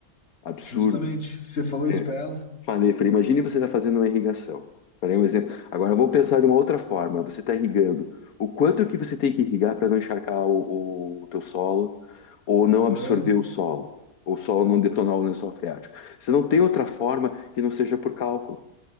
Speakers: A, on the left; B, on the left.
A: absurdo.
B: Justamente. Você falou
A: É.
B: isso para ela?
A: Falei, falei, imagine você está fazendo uma irrigação. Falei um exemplo. Agora vamos pensar de uma outra forma. Você está irrigando. O quanto que você tem que irrigar para não encharcar o, o, o teu solo ou não
B: Aham.
A: absorver o solo, ou o solo não detonar o lençol freático. Você não tem outra forma que não seja por cálculo.